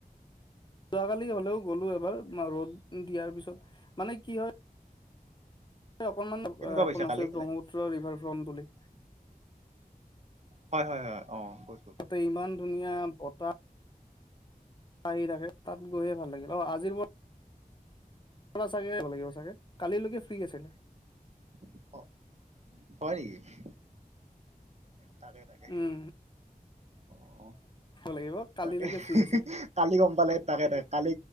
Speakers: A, on the left (about 30°); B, on the right (about 45°).
A: যোৱাকালি হলেও গ'লো এবাৰ ৰ'দ দিয়াৰ পিছত, মানে কি হয় অকনমান
B: কেনেকুৱা পাইছা
A: এখন আছে
B: কালি এনে
A: ব্ৰহ্মপুত্ৰ ৰিভাৰ ফ্ৰন্ট বুলি।
B: হয় হয় হয় অ। গৈছো
A: তাতে ইমান ধুনীয়া বতাহ। আহি থাকে তাত গৈহে ভাল লাগিল অ আজিৰ পৰা চাগে আহিব লাগিব চাগে কালিলৈকে ফ্ৰী আছে।
B: <inaudible> হয় নেকি? তাকে তাকে।
A: উম
B: অ
A: লাগিব কালিলৈকে
B: তাকে
A: ফ্ৰী আছিলে
B: কালি গম পালে তাকে তাকে কালি